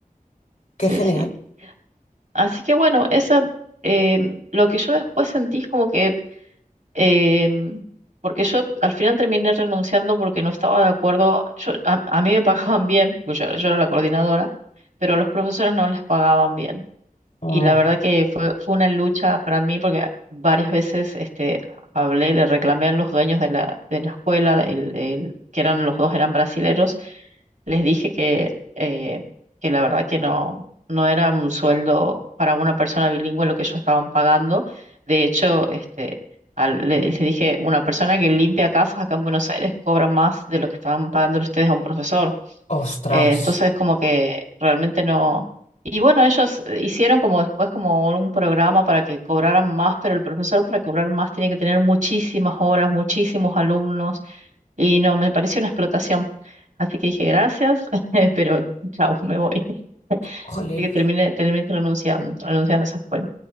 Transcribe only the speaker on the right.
Sí,
sí. Así que bueno, esa, eh, lo que yo después sentí es como que, eh, porque yo al final terminé renunciando porque no estaba de acuerdo, yo, a, a mí me <laughs> pagaban bien, porque yo, era- yo era la coordinadora, pero a los profesores no les pagaban bien.
Y la verdad que fue, fue una lucha para mí porque varias veces este, hablé, le reclamé a los dueños de la, de la escuela, el, el- que eran los dos eran brasileros, les dije que, eh, que la verdad que no, no era un sueldo para una persona bilingüe lo que ellos estaban pagando. De hecho, este, al- le- les dije, una persona que limpia casas acá en Buenos Aires cobra más de lo que estaban pagando ustedes a un profesor.
Eh, entonces como que realmente no... Y bueno, ellos eh, hicieron como después como un programa para que cobraran más, pero el profesor para cobrar más tiene que tener muchísimas horas, muchísimos alumnos, y no, me pareció una explotación. Así que dije gracias, <laughs> pero chao, me voy.
Así que terminé, terminé renunciando, renunciando a esa escuela.